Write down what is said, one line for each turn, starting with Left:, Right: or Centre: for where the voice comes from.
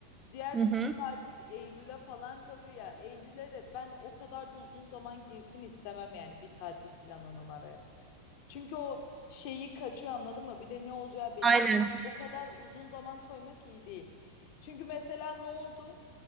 Left: Diğer
Right: Hı hı.
Left: türlü de artık Eylül'e falan kalıyor ya. Eylül'e de ben o kadar da uzun zaman girsin istemem yani bir tatil planının araya. Çünkü o şeyi kaçıyor anladın mı? Bir de ne olacağı belli
Right: Aynen.
Left: değil. O kadar uzun zaman koymak iyi değil. Çünkü mesela ne oldu?